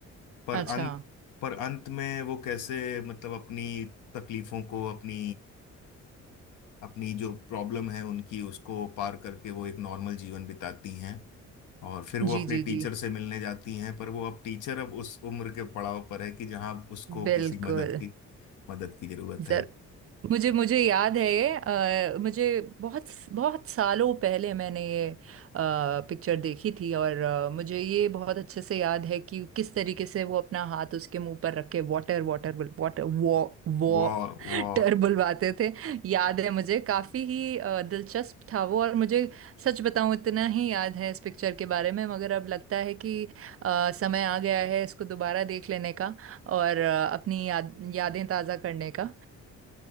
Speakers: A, on the left; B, on the right.
A: पर
B: अच्छा
A: अंत पर अंत में वो कैसे मतलब अपनी तकलीफों को अपनी अपनी जो प्रॉब्लम है उनकी उसको पार करके वो एक नॉर्मल जीवन बिताती हैं और फिर वो
B: जी
A: अपने
B: जी
A: टीचर
B: जी
A: से मिलने जाती हैं पर वो अब टीचर अब उस उम्र के पड़ाव पर है कि जहाँ उसको
B: बिल्कुल
A: किसी मदद की मदद की जरूरत
B: जर
A: है
B: मुझे मुझे याद है ये अ, मुझे बहुत बहुत सालों पहले मैंने ये पिक्चर देखी थी और अ, मुझे ये बहुत अच्छे से याद है कि किस तरीके से वो अपना हाथ उसके मुंह पर रख के वाटर वाटर वाटर वो,
A: वो वो
B: डर बुलवाते थे याद है मुझे काफी ही अ, दिलचस्प था वो और मुझे सच बताऊं इतना ही याद है इस पिक्चर के बारे में मगर अब लगता है कि अ, समय आ गया है इसको दोबारा देख लेने का और अ, अपनी याद यादें ताज़ा करने का